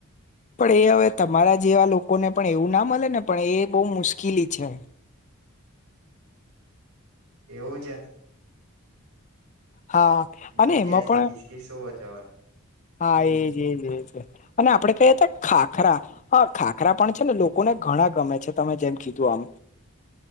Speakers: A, on the left; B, on the right.
A: પણ એ હવે તમારા જેવા લોકોને પણ એવું ના મળે ને પણ એ બહુ મુશ્કેલી છે
B: એવું છે
A: હા
B: એ
A: અને
B: તો જૈસી
A: એમાં પણ
B: જિસકી સોચ હવે
A: હા
B: હમ
A: એજજ અને આપડે કહીએ હતા ખાખરા હા ખાખરા પણ છે ને લોકોને ઘણા ગમે છે તમે જેમ કીધું આમ